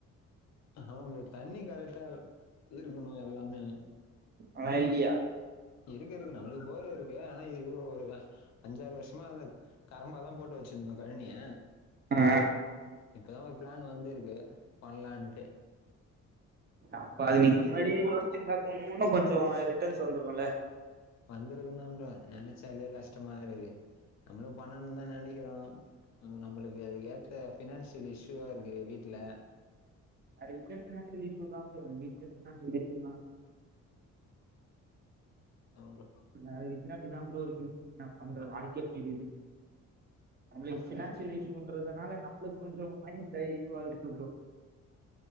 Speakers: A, on the left (about 60°); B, on the right (about 35°).
A: ஆமா ப்ரோ தண்ணி கரெக்டா இருக்கணு எல்லாமே
B: அல்லா இல்லியா
A: இருக்கு இருக்கு நம்ளுக்கு போர் இருக்கு ஆனா இது இவ்ளோ ஒரு க அஞ்சாறு வர்ஷமா அது கரம்பாதா போட்டு வச்சிருந்தோ கழனிய
B: ஆ
A: இப்பதா ஒரு பிளான் வந்திருக்கு பண்லான்ட்டு
B: அப்ப அது
A: பண்ணா
B: நீங்க முன்னாடியே யோஸ்ச்சிருந்தா இன்னு கொஞ்ச ரிட்டர்ன்ஸ் வந்துருக்குல
A: வந்திருக்குந்தா ப்ரோ நெனச்சாலே கஷ்டமா இருக்கு நம்ளு பண்ணனு தா நெனைக்கிறோ ம் நம்மளுக்கு அதுக்கேத்த ஃபினான்ஷியல் இஷ்யூவா இருக்கு வீட்ல
B: அட இங்க ஃபினான்ஷியல் இஷ்யுதா சார் <unintelligible>
A: அவ்ங்க
B: எல்லாரு வீட்லயு அப்டிதா ப்ரோ இருக்கு என்ன பண்றது வாழ்க்கையே அப்டிருக்குது நம்மளுக்கு ஃபினான்ஷியல் இஷ்யூன்றதுனால நம்மளுக்கு கொஞ்ச மைண்ட் இந்த இதுவாருக்கு ப்ரோ